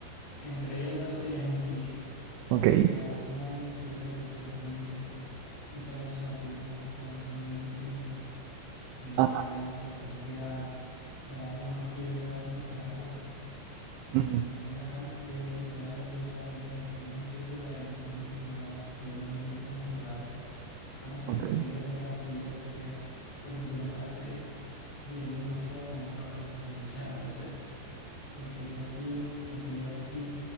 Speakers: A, on the left; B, on the right.
A: entre ellas dos tenían un pique.
B: <laughs> ok.
A: Y claro, una amiga que yo tengo es de 2016 y otra persona que yo conozco en dos mil veintiuno No
B: Ajá,
A: voy a de repente a a darle más prioridad a una que a la otra.
B: ujú,
A: No voy a dejar de, de darle prioridad a mi amiga del 2016 por la del 2021 ahora. La del 2021 es mi pareja. Entonces,
B: ok.
A: siempre tengo que darle un poquito de prioridad. Pero yo me pasé y le di demasiado control de nuestra relación. Entonces, lo que ella hacía, lo que ella decía,